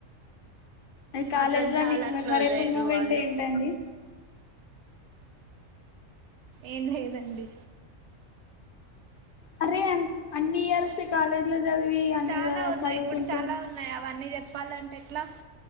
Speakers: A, on the left (about 55°); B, on the right (about 65°).
A: కాలేజ్
B: మాతో
A: లో
B: చాలా
A: నీకు మెమొరేబుల్
B: క్లోజ్ అయ్యారు
A: మూమెంట్
B: వాళ్ళు
A: ఏంటండి
B: ఏం లేదండి
A: అరే అన్ని ఇయల్స్ కాలేజీ లో చదివి అన్ని
B: చాలా ఉన్నాయి
A: చదువుకుంటంది
B: ఇప్పుడు చాలా ఉన్నాయి అవన్నీ చెప్పాలంటే ఎట్లా